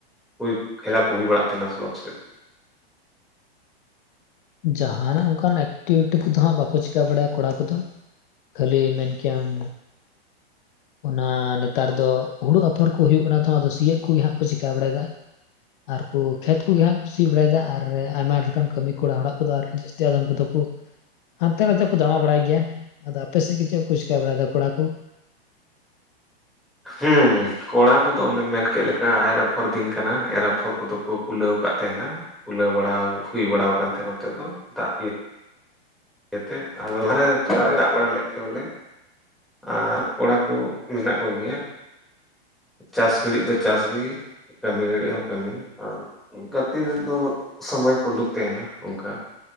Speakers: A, in the centre; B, on the left (about 55°).
A: ᱦᱩᱭ ᱠᱷᱮᱞᱟ ᱠᱚ ᱦᱩᱭ ᱵᱟᱲᱟᱜ ᱛᱟᱦᱮᱱᱟ ᱥᱮᱫ ᱵᱟᱝ ᱟᱯᱮ ᱥᱮᱫ?
B: ᱡᱟᱦᱟᱱᱟᱜ ᱚᱱᱠᱟᱱ ᱮᱠᱴᱤᱵᱷᱤᱴᱤ ᱠᱚᱫᱚ ᱦᱟᱸᱜ ᱵᱟᱠᱚ ᱪᱮᱠᱟᱹ ᱵᱟᱲᱟᱭᱟ ᱠᱚᱲᱟ ᱠᱚᱫᱚ ᱠᱷᱟᱹᱞᱤ ᱢᱮᱱ ᱠᱮᱭᱟᱢ ᱚᱱᱟ ᱱᱮᱛᱟᱨ ᱫᱚ ᱦᱩᱲᱩ ᱟᱯᱷᱚᱨ ᱠᱚ ᱦᱩᱭᱩᱜ ᱠᱟᱱᱟ ᱛᱚ ᱟᱫᱚ ᱥᱤᱭᱳᱜ ᱠᱚᱜᱮ ᱦᱟᱸᱜ ᱠᱚ ᱪᱮᱠᱟᱹ ᱵᱟᱲᱟᱭᱮᱫᱟ ᱟᱨ ᱠᱚ ᱠᱷᱮᱛ ᱠᱚᱜᱮ ᱦᱟᱸᱜ ᱠᱩ ᱥᱤ ᱵᱟᱲᱟᱭᱫᱟ ᱟᱨ ᱟᱭᱢᱟ ᱞᱮᱠᱟᱱ ᱠᱟᱹᱢᱤ ᱠᱚᱲᱟ ᱦᱚᱲᱟᱜ ᱠᱚᱫᱚ ᱟᱹᱣᱨᱤ ᱡᱟᱹᱥ ᱡᱟᱞᱟᱢ ᱠᱚ ᱛᱟᱠᱚ ᱦᱟᱱᱛᱮ ᱱᱟᱛᱮ ᱠᱚ ᱫᱟᱬᱟ ᱵᱟᱲᱟᱭ ᱜᱮᱭᱟ ᱟᱫᱚ ᱟᱯᱮᱥᱮᱫ ᱜᱮ ᱪᱮᱫ ᱠᱚ ᱪᱮᱠᱟ ᱵᱟᱲᱟᱭᱫᱟ ᱠᱚᱲᱟ ᱠᱚ
A: ᱦᱮᱸ ᱠᱚᱲᱟ ᱠᱚᱫᱚ ᱚᱱᱮᱢ ᱢᱮᱱᱠᱮᱜ ᱞᱮᱠᱟ ᱟᱭ ᱟᱯᱷᱚᱨ ᱫᱤᱱ ᱠᱟᱱᱟ ᱮᱨ ᱟᱯᱷᱚᱨ ᱠᱚᱫᱚ ᱠᱩ ᱠᱩᱞᱟᱹᱣ ᱠᱟᱜ ᱛᱟᱦᱮᱸᱱᱟ ᱠᱩᱞᱟᱹᱣ ᱵᱟᱲᱟ ᱦᱩᱭ ᱵᱟᱲ ᱟᱠᱟᱱ ᱛᱟᱦᱮᱸᱱᱟ ᱱᱚᱛᱮ ᱫᱚ ᱫᱟᱜ ᱜᱮ ᱤᱭᱟᱹᱛᱮ ᱟᱨ ᱞᱟᱦᱟᱨᱮ ᱛᱷᱚᱲᱟ ᱫᱟᱜ ᱵᱟᱲᱟ ᱞᱮᱫ ᱛᱮ ᱵᱚᱞᱮ ᱟᱨ ᱠᱚᱲᱟ ᱠᱩ ᱢᱮᱱᱟᱜ ᱠᱚᱜᱮᱭᱟ ᱪᱟᱥ ᱜᱷᱟᱹᱲᱤᱡ ᱫᱚ ᱪᱟᱥᱜᱤ ᱠᱟᱹᱢᱤ ᱜᱷᱟᱹᱲᱤᱡ ᱦᱚᱸ ᱠᱟᱹᱢᱤ ᱟᱨ ᱜᱟᱛᱤ ᱨᱮᱫᱚ ᱥᱚᱢᱚᱭ ᱠᱚ ᱩᱰᱩᱠ ᱛᱟᱦᱮᱱᱟ ᱚᱱᱠᱟ